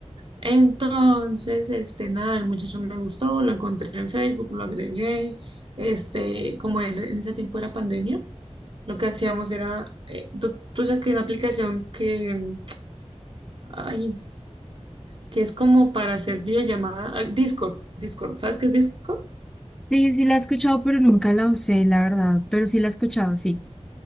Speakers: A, on the right; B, in the centre.
A: Entonces, este, nada, el muchacho me gustó, lo encontré en Facebook, lo agregué, este, como él- en ese tiempo era pandemia, lo que hacíamos era, eh, tú, tú sabes que hay una aplicación que, mm, ay, que es como para hacer videollamada, ah, Discord, Discord, ¿sabes qué es Discord?
B: sí, sí la he escuchado, pero nunca la usé, la verdad, pero sí la he escuchado, sí.